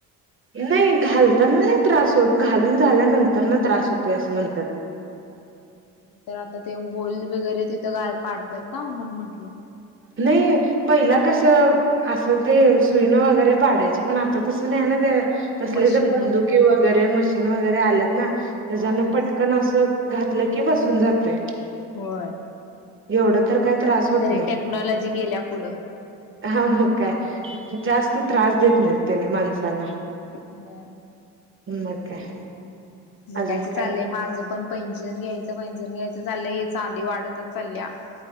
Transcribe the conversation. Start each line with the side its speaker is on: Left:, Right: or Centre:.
Right: नाही, घालताना नाही त्रास होत. घालून झाल्यानंतर ना त्रास होतोय, असं म्हणतात.
Left: नाही तर आता ते होल वगैरे तिथं ग पाडतात ना, म्हणून म्हंटलं.
Right: नाही, पहिला कस असं ते सुईनं वगैरे पाडायची, पण आता तसं नाही ना त्या? तसले
Left: मशीन
Right: बंदुकीे
Left: आल्या
Right: वगैरे मशीन वगैरे आल्यात ना? त्याच्यान
Left: हा
Right: पटकन असं घातलं की बसून जातयं.
Left: होय.
Right: एवढं तर काय त्रास होत
Left: तरी
Right: नाही.
Left: टेक्नॉलॉजी गेल्या पुढं.
Right: हा, मग काय जास्त त्रास देत नितेने माणसांना
Left: व्हयं.
Right: मग काय.
Left: बघायचं
Right: अजून
Left: चाललंय
Right: काय
Left: माझं पण. पैजणं घ्यायचं, पैजणं घ्यायचं चाललंय हे. चांदी वाढत चाललेत.